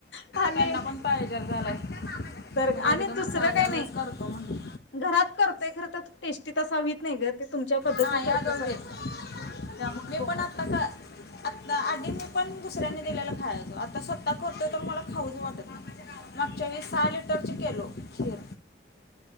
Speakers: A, on the left (about 80°); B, on the left (about 60°).
A: ह आणि
B: त्यांना पण पॅरेजर झालाय
A: तर
B: मग
A: आणि
B: एकदमच
A: दुसरं
B: आल्यावरच
A: काही नाही
B: करतो म्हणून
A: घरात करतोय खर, तर टेस्टी तसं व्हीत नाही ग ते तुमच्या पद्धती
B: नाही
A: तू करत्यासा
B: अगं वेळ
A: तसा त्यामुळ
B: मी
A: बोंब
B: पण
A: व्हतिया.
B: आता का आत्ता आधी मी पण दुसऱ्यांनी दिलेला खायाचं. आता स्वतः करतोय तर मला खाऊच वाटत नाही. मागच्या वेळेस आले तर चि केलो खीर